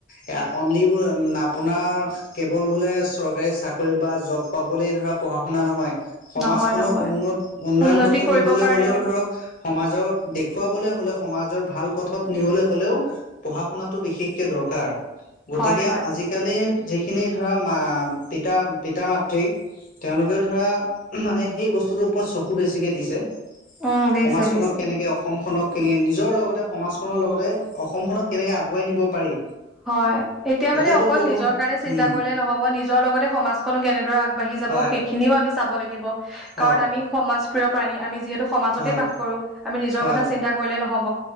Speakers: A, on the left; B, in the centre.
A: এ অনলি বো আপোনাৰ কেৱল বোলে চৰকাৰী চাকৰি বা জব পাবলে। ধৰা পঢ়া শুনা নহয় সমাজখনক
B: নহয় নহয়
A: উন্নত উন্নয়ন
B: উন্নতি
A: পথত
B: কৰিবৰ
A: নিবলৈ
B: কাৰণেও
A: হলেও ধৰক সমাজক দেখুৱাবলৈ হলেও সমাজৰ ভাল পথত নিবলৈ হলেও পঢ়া শুনাটো বিশেষকে দৰকাৰ গতিকে
B: হয় হয়
A: আজিকালি যিখিনি ধৰা পিতা পিতা মাতৃ তেওঁলোকে ধৰা মানে সেই বস্তুতৰ ওপৰত চকু বেছিকে দিছে।
B: উম দিছে
A: সমাজখনক
B: দিছে
A: কেনেকে অসমখনক কেনে নিজৰ লগতে সমাজ। নৰ লগতে অসমখনক কেনেকে আগুৱাই নিব পাৰি।
B: হয় এতিয়া
A: এতিয়াতো
B: মানে অকল
A: ক'ব
B: নিজৰ কাৰণে চিন্তা
A: উম
B: কৰিলে নহব নিজৰ লগতে সমাজখনো কেনেদৰে আগবাঢ়ি।
A: হয়
B: সেইখিনিও আমি চাব লাগিব। কাৰণ
A: অ
B: আমি সমাজপ্ৰিয় প্ৰাণী আমি যিহেতু সমাজতেই
A: হয়
B: বাস কৰো আমি নিজৰ
A: হয়
B: কথা চিন্তা কৰিলে নহব।